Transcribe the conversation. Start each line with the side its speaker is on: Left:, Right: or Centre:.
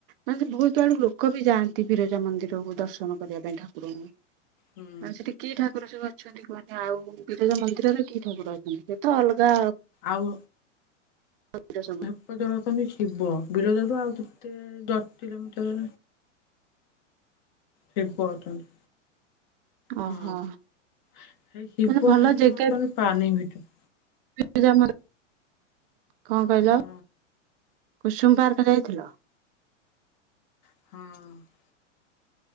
Right: ମାନେ ବହୁତ ଆଡୁ ଲୋକ ବି ଯାଆନ୍ତି ବିରଜା ମନ୍ଦିରକୁ ଦର୍ଶନ କରିବା ପାଇଁ ଠାକୁରଙ୍କୁ।
Left: ହୁଁ
Right: ଆ ସେଠି କି ଠାକୁର ସବୁ ଅଛନ୍ତି କୁହନି ଆଉ ବିରଜା ମନ୍ଦିରରେ କି ଠାକୁର ଅଛନ୍ତି ସେ ତ ଅଲଗା
Left: ଆଉ
Right: <unintelligible> ସବୁ।
Left: <unintelligible> ଛନ୍ତି ଶିବ ବିରଜାରୁୁ ଆଉ କେତେ ଦଶ କିଲୋମିଟର ଶିବ ଅଛନ୍ତି।
Right: ଓହୋ
Left: ହଁ ସେଇ ଶିବ
Right: ମାନେ ଭଲ
Left: ଠାକୁର
Right: ଜେଗା
Left: ଅଛନ୍ତି ପାଣି ଭିତରେ।
Right: ବିରଜା ମନ୍ଦିର କଣ କହିଲ
Left: ହଁ
Right: କୁସୁମ୍ ପାର୍କ ଯାଇଥିଲ?
Left: ହଁ।